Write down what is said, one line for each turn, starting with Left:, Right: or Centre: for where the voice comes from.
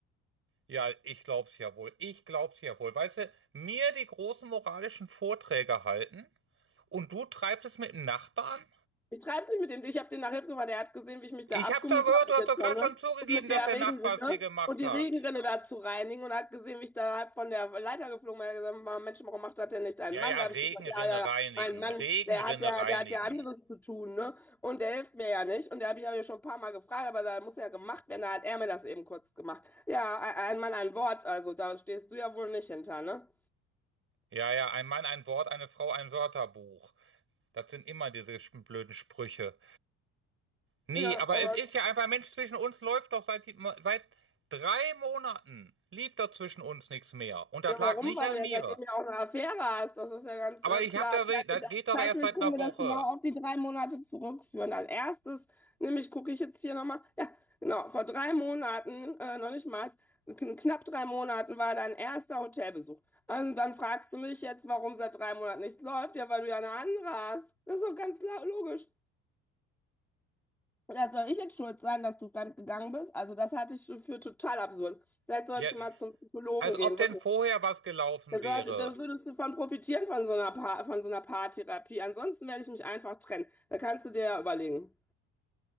Right: Ja, ich glaub's ja wohl. Ich glaub's ja wohl. Weißt du, mir die großen moralischen Vorträge halten und du treibst es mit dem Nachbarn?
Centre: Ich treibe es nicht mit dem. Ich habe den nach Hilfe gefahren. Der hat gesehen, wie ich mich da
Right: Ich
Centre: abgemüht
Right: hab da gehört,
Centre: habe mit
Right: du hast
Centre: der
Right: doch
Centre: Tonne
Right: gerade schon zugegeben,
Centre: und mit
Right: dass
Centre: der
Right: der
Centre: Regenrinne
Right: Nachbar es dir gemacht
Centre: und die
Right: hat.
Centre: Regenrinne da zu reinigen und hat gesehen, wie ich da halb von der Leiter geflogen bin. Er hat gesagt, "Ma, Mensch, warum macht das denn nicht ein
Right: Ja,
Centre: Mann?
Right: ja,
Centre: Da
Right: Regenrinne
Centre: habe ich gesagt, ja, ja, ja,
Right: reinigen,
Centre: ein Mann,
Right: Regenrinne
Centre: der hat ja,
Right: reinigen.
Centre: der hat ja anderes zu tun, ne? Und der hilft mir ja nicht. Und da habe ich ja schon ein paar Mal gefragt, aber da muss ja gemacht werden. Da hat er mir das eben kurz gemacht. Ja, ein ein Mann, ein Wort. Also da stehst du ja wohl nicht hinter, ne?
Right: Ja, ja, ein Mann, ein Wort, eine Frau, ein Wörterbuch. Das sind immer diese sch- blöden Sprüche. Nee,
Centre: Ja,
Right: aber
Centre: aber
Right: es ist ja einfach, Mensch, zwischen uns läuft doch seit, seit drei Monaten, lief doch zwischen uns nichts mehr. Und das
Centre: Ja,
Right: lag
Centre: warum?
Right: nicht
Centre: Weil
Right: an
Centre: du ja
Right: mir.
Centre: seitdem ja auch eine Affäre hast. Das ist ja ganz
Right: Aber
Centre: äh,
Right: ich
Centre: klar.
Right: hab da, das
Centre: Zeitlich,
Right: geht doch
Centre: zeitlich
Right: erst seit einer
Centre: können wir
Right: Woche.
Centre: das genau auf die drei Monate zurückführen. Als erstes, nämlich gucke ich jetzt hier nochmal, ja, genau, vor drei Monaten, äh, noch nicht mal, kn- knapp drei Monaten war dein erster Hotelbesuch. Und dann fragst du mich jetzt, warum seit drei Monaten nichts läuft. Ja, weil du ja eine andere hast. Das ist doch ganz la- logisch. Ja, soll ich jetzt schuld sein, dass du fremd gegangen bist? Also das halte ich für total absurd. Vielleicht sollst
Right: Jetten.
Centre: du mal zum Psychologen
Right: Als
Centre: gehen,
Right: ob denn
Centre: wirklich.
Right: vorher was gelaufen
Centre: Das
Right: wäre.
Centre: sollte, da würdest du von profitieren, von so einer Pa- von so einer Paartherapie. Ansonsten werde ich mich einfach trennen. Da kannst du dir ja überlegen.